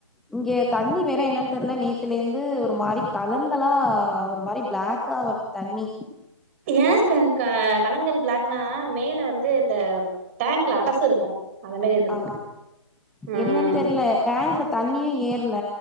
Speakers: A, in the centre; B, on the right.
A: இங்க தண்ணி வேற என்னன் தெர்ல நேத்துளேந்து ஒரு மாரி கலங்களா ஒரு மாரி பிளாக்கா வரு தண்ணி
B: ஏகங்கா களங்கள் பிளாக்னா மேல வந்து இந்த டேங்க்ல அடச இருக்கு அத மாரி இருந்திருக்கு
A: ஆ
B: ம்
A: என்னென் தெர்ல டேங்க்ல தண்ணியூ ஏற்ல